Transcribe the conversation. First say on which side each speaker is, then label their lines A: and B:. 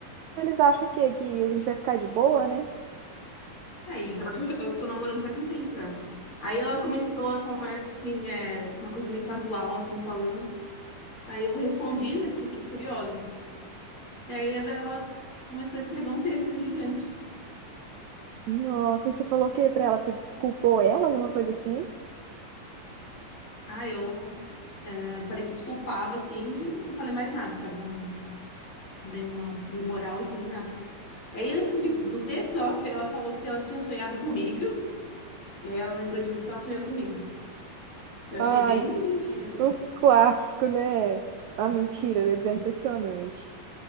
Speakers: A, on the right; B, on the left.
A: eles acham o quê? Que a gente vai ficar de boa, né?
B: Aí, pior que eu, já- eu tô namorando faz um tempo já. Aí ela começou a conversa, assim, é, uma coisa meio casual, assim, falando. Aí eu respondi, né? Porque eu fiquei curiosa. E aí ela, ela começou a escrever um texto gigante.
A: Nossa, e você falou o quê pra ela? Você desculpou ela, alguma coisa assim?
B: Ah, eu eh, falei que desculpava, assim, e não falei mais nada, sabe? Não, não dei uma, dei moral, assim, nem nada. Aí, antes de- do texto, ela, fe- ela falou que ela tinha sonhado comigo, e aí ela lembrou de mim porque ela sonhou comigo, que eu achei
A: Ai,
B: bem mentira, né?
A: um clássico, né? A mentira deles é impressionante.